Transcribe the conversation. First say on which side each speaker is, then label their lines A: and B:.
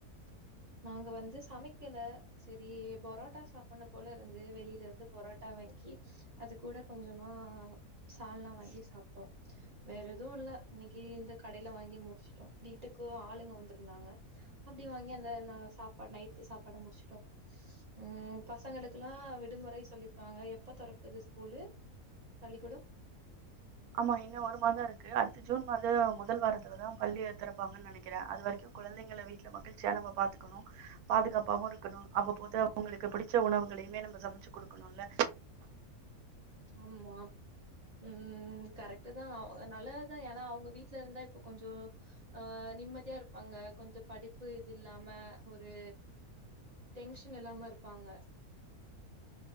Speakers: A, on the right (about 45°); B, on the right (about 80°).
A: நாங்க வந்து சமைக்கல சரி போரோட்டா சாப்படுனு போல இருந்து வெளியில இருந்து பொரோட்டா வாங்கி அது கூட கொஞ்சமா சால்னா வாங்கி சாப்பிட்டோம் வேற எதுவும் இல்ல இன்னைக்கு இந்த கடையில வாங்கி முடிச்சுட்டோம் வீட்டுக்கு ஆளுங்க வந்திருந்தாங்க அப்படி வாங்கி அந்த சாப்பாடு நைட் சாப்பாடு முடிச்சட்டோம் உம் பசங்களுக்குல்லாம் விடுமுறை சொல்லிருக்காங்க எப்ப தொறக்குது ஸ்கூல பள்ளிக்கூடம்
B: ஆமா இன்னும் ஒரு மாதம் இருக்கு அடுத்த ஜூன் மாதம் முதல் வாரத்துலதா பள்ளி திறப்பாங்கன்னு நினைக்கிறே அது வரைக்கும் குழந்தைங்கள வீட்டுல மகிழ்ச்சியா நம பாாத்துக்கணும் பாதுகாப்பாவும் இருக்கணும் அவ்வப் போது அவங்களுக்கு பிடிச்ச உணவுகளையுமே நம்ம சமைச்சு குடுக்கணுல
A: ஆமா உம் கரெக்ட்டு தா நல்லாதுதா ஏன்னா அவங்க வீட்டு்ல இருந்தா இப்ப கொஞ்சோ ஆ நிம்மதியா இருப்பாங்க கொஞ்சோ படிப்பு இது இல்லாம ஒரு டென்ஷன் இல்லாம இருப்பாங்க